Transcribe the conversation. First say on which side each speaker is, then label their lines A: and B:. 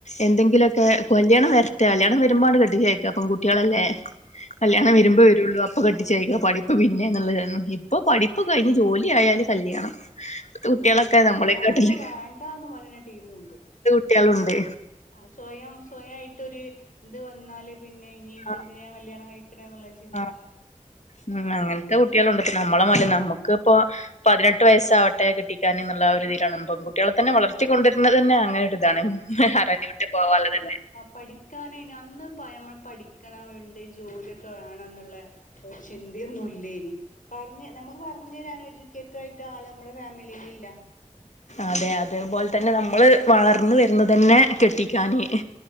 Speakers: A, on the left; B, on the left.
A: എന്തെങ്കിലൊക്കെ കല്യാണം വരട്ടെ കല്യാണം വരുമ്പങ്ങട്ട് കെട്ടിച്ചയക്ക പെൺകുട്ടി യാളല്ലേ കല്ല്യാണ
B: ആഹ്
A: വെരുമ്പോ വരു രുള്ളൂ അപ്പ കെട്ടിച്ചയക്ക പഠിപ്പ് പിന്നെ എന്നുള്ളതാരുന്നു ഇപ്പൊ പഠിപ്പ് കഴിഞ്ഞ് ജോലി ആയാല് കല്യാണം ഇപ്പത്തെ കുട്ടികളൊക്കെ
B: ആഹ് കല്യാണം
A: നമ്മളെ കാട്ടില്
B: ഇപ്പൊ വേണ്ട എന്ന് പറയുന്ന ടീമുണ്ട്
A: കുട്ട്യാളുണ്ട്
B: ആഹ് സ്വയം സ്വയായിട്ടൊരു ഇത് വന്നാല് പിന്നെ ഇനിപ്പോ
A: ആഹ്
B: എന്തിനാ കല്യാണം കഴിക്കണെ എന്നുള്ള ചിന്ത
A: ആഹ് ഉം അങ്ങനത്തെ കുട്ടികള് ഉണ്ട് ഇപ്പം നമ്മളെ മാരി അല്ല നമ്മക്ക് ഇപ്പൊ പതിനെട്ട് വയസ്സാവട്ടെ കെട്ടിക്കാന് എന്നുള്ള ആ ഒരുതിലാണ് <unintelligible> പെൺകുട്ടികളെ തന്നെ വളർത്തി
B: ആ
A: കൊണ്ടരുന്നത് തന്നെ അങ്ങനെ ഒരു ഇതാണ് ആരാൻ്റെ വിട്ടില് പോവാനുള്ള തല്ലെ
B: പഠിക്കാന് ഇനി അന്ന് നമ്മള് പഠിക്കണം വേണ്ടി ജോലിയൊക്കെ വേണം എന്നുള്ള ഒരു ചിന്തിയൊന്നും ഇല്ലായിനി പറഞ്ഞ് നമ്മക്ക് പറഞ്ഞ് തരാന് ഒരു എഡ്യൂക്കേറ്റഡ് ആയിട്ട് ആള് നമ്മളെ ഫാമിലിയിൽ ഇല്ല
A: അതെ അതേപോലെ തന്നെ നമ്മള് വളർന്ന് വരുന്നത് തന്നെ കെട്ടി ക്കാന്